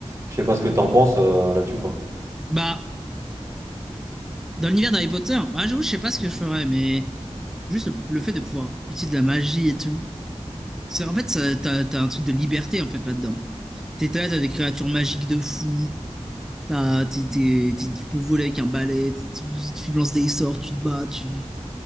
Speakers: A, on the right (about 25°); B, in the centre.
A: je sais pas ce que t'en penses euh, là-dessus, quoi.
B: Bah, dans l'univers d'Harry Potter, bah, j'avoue, je sais pas ce que je ferais, mais juste le, le fait de pouvoir utiliser de la magie et tout. C'est, en fait, ça- t'as, t'as un truc de liberté en fait là-dedans. T'es là, t'as des créatures magiques de fou. T'as- t'es- t'es- t'es- tu peux voler avec un balai, tu, tu lances des sorts, tu te bats, tu